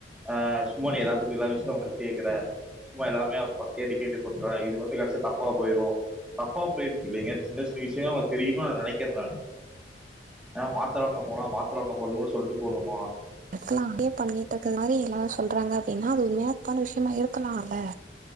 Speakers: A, in the centre; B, on the right (about 45°).
A: ஆ சும்மா நீ எல்லாத்துக்கு எல்லா விஷ்யத்யு அவங்கள கேக்குற சும்மா எல்லாமே <unintelligible> கேட்டு கேட்டு பண்ற இது வந்து கடசில தப்பா போயிடு தப்பா போயிருன்னுட் இல்லைங்க சின்ன சின்ன விஷயங்களா அவுங்ளுக் தெரியனு நெனைக்கிறே நானு ஆ மாத்ர வாங்க போனா மாத்ர வாங்க போற்துனு சொல்ட்டு போனுமா
B: ஃபுல்லா அதே பண்ணிட்ருக்கனால எல்லாரு சொல்றாங்க அப்டின்னா அது ஒரு மேப்பான விஷயமா இருக்கலால